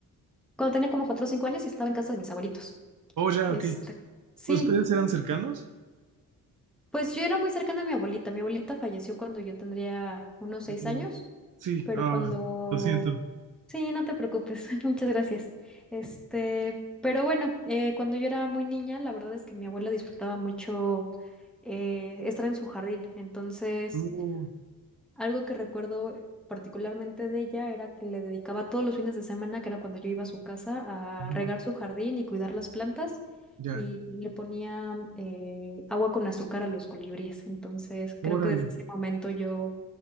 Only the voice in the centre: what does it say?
cuando tenía como cuatro o cinco años y estaba en casa de mis abuelitos.
Este,
sí.
Pues yo era muy cercana a mi abuelita. Mi abuelita falleció cuando yo tendría unos seis
años,
pero
cuando...
Sí, no te preocupes. <laughs> Muchas gracias. Este, pero bueno, eh, cuando yo era muy niña, la verdad es que mi abuela disfrutaba mucho eh, estar en su jardín. Entonces...
Algo que recuerdo eh, particularmente de ella era que le dedicaba todos los fines de semana, que era cuando yo iba a su casa,
a regar su jardín y cuidar las plantas,
y le ponía eh, agua con azúcar a los colibríes. Entonces, creo
que desde ese momento yo